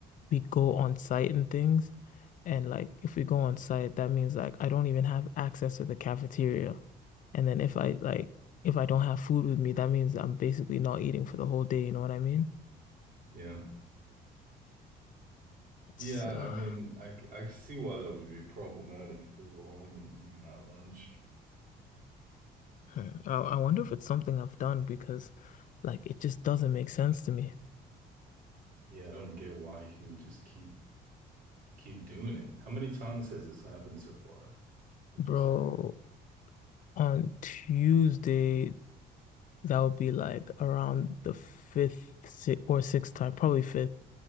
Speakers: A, on the left; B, on the right.
A: we go on site and things. And like, if we go on site, that means like I don't even have access to the cafeteria. And then if I like, if I don't have food with me, that means I'm basically not eating for the whole day. You know what I mean?
B: Yeah.
A: It's,
B: Yeah,
A: uh,
B: I mean I c- I see why that would be problematic if you're relying on eating that lunch.
A: hmm, I, I wonder if it's something I've done because like it just doesn't make sense to me.
B: Yeah, I don't get why he would just keep keep doing it. How many times has this happened so far, would
A: Bro,
B: you say?
A: on Tuesday, That would be like around the fifth si or sixth time, probably fifth.